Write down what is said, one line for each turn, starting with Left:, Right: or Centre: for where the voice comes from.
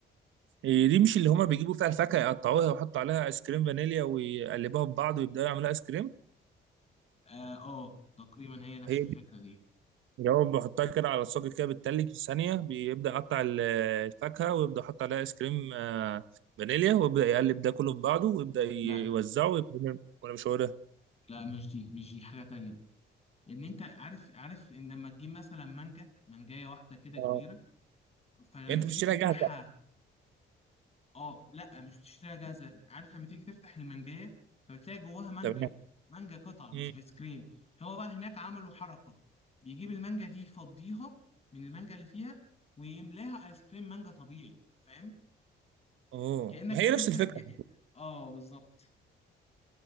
Right: إيه دي مش اللي هما بيجيبوا فيها الفاكهة يقطعوها ويحطوا عليها ايس كريم فانيليا ويقلبوها في بعض ويبدأوا يعملوا ايس كريم
Left: اه آه، تقريبا هي نفس
Right: هي
Left: الفكره دي
Right: جواب بحطها كده على الصاج كده بتتلج في ثانية بيبدأ يقطع ال- الفاكهة ويبدأ يحط عليها ايس كريم آه، فانيليا ويبدأ يقلب ده كله في بعضه ويبدأ يوزعه
Left: لا
Right: ويبدأ يعمل- ولا مش هو ده؟
Left: لا مش دي مش دي حاجه تانية ان انت عارف عارف ان لما تجيب مثلا مانجا مانجايه واحده كده كبيره
Right: اه
Left: فلما
Right: يعني
Left: تيجي
Right: انت بتشتريها
Left: تفتحها
Right: جاهزة
Left: اه لا مش بتشتريها جاهزه عارف لما تيجي تفتح المانجايه فبتلاقي جواها مانجا
Right: تمام
Left: مانجا قطعه مش
Right: مم.
Left: ايس كريم هو بقى هناك عملوا حركه بيجيب المانجا دي يفضيها من المانجا اللي فيها ويملاها ايس كريم مانجا طبيعي فاهم
Right: اوه
Left: كانك
Right: ما هي
Left: بتفتح
Right: نفس الفكرة
Left: ج... اه بالظبط